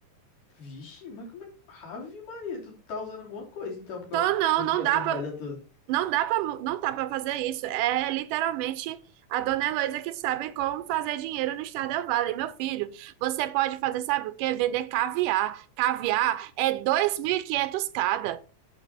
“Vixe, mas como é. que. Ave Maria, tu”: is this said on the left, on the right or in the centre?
Left